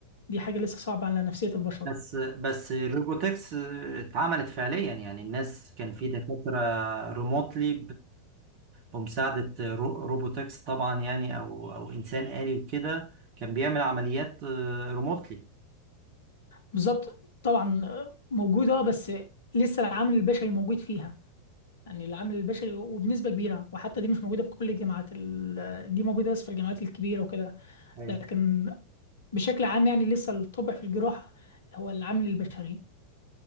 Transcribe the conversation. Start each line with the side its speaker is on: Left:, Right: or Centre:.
Left: دي حاجه لسه صعبه على نفسيه البشر
Right: بس بس الروبوتكس اتعملت فعليا يعني الناس كان في دكاترة ريموتلي بمساعدة رو- روبوتكس طبعا يعني او او انسان آلي وكده كان بيعمل عمليات ريموتلي
Left: بالظبط طبعا آه، موجوده بس لسه العامل البشري موجود فيها يعني العامل البشري وبنسبه كبيره وحتى دي مش موجوده في كل الجامعات ال- دي موجوده بس في الجامعات الكبيره وكده
Right: ايوه
Left: لكن بشكل عام يعني لسه الطبع في الجراحة هو العامل البشري